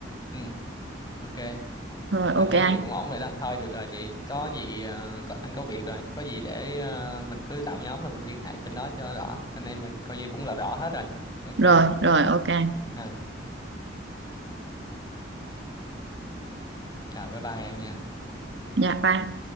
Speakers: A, on the left; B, on the right.
A: ừ ok
B: rồi
A: anh
B: ok
A: thấy
B: anh
A: gì cũng ổn rồi đó thôi được rồi vậy có gì ờ, có, anh có việc rồi có gì để ờ, mình cứ tạo nhóm mà mình liên hệ trên đó cho rõ anh em mình coi như cũng rõ rõ hết rồi ok
B: rồi rồi ok anh
A: Ừ. Rồi bye bye em nha.
B: dạ bye